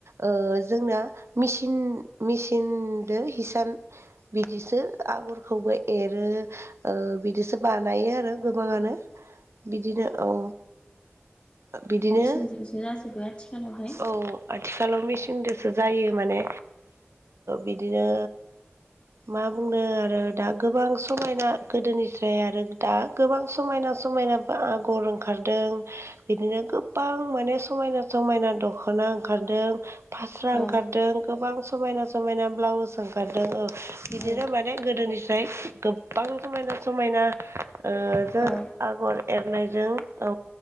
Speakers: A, on the right; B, on the left.
A: ओ जोंना मेसिन मेसिनजोंदो हिसान बिदिसो आगरखौबो एरो बेदोसो बानायो आरो गोबाङानो बिदिनो औ बिदिनो
B: मेचिनजोंसो जाजोबो आथिखालावहाय
A: औ आथिखालाव मेसिजोंसो जायो माने बिदिनो मा बुंनो आरो दा गोबां समायना गोदोनिस्राय आरो दा गोबां समायना समायना आगर ओंखारदों बिदिनो गोबां माने समायना समायना दख दखना ओंखारदों फास्रा
B: औ
A: ओंखारदों गोबां समायना समायना ब्लाउस ओंखारदों औ बिदिनो
B: औ
A: माने गोदोनिफ्राय गोबां समायना समायना ओ <unintelligible>
B: औ
A: आगर एरनायजों औ